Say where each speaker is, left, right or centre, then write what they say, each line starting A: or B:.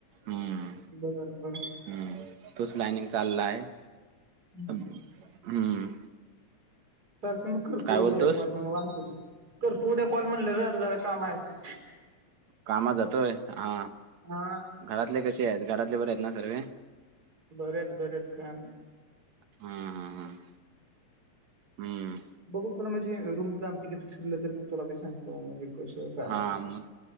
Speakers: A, on the right; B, on the right.
A: हम्म.
B: बर बर.
A: हम्म तोच प्लानिंग चालला आहे हम्म.
B: हं. चालत मग कर
A: काय
B: तुला
A: बोलतोस
B: उद्या कॉल मगत करतू उद्या कॉल म्हणलं र अर जरा काम आहे.
A: कामात जातोय हा
B: हा
A: घरातले कसे आहेत घरातले बरे आहेत ना सर्वे.
B: बरच बरच काम.
A: हम हम हम हम्म.
B: बघू तुला म्हणजे रूमचं आमच कितीं ठरलं तर मी तुलाी सांगतो म्हणजे. कसं काय
A: हा मग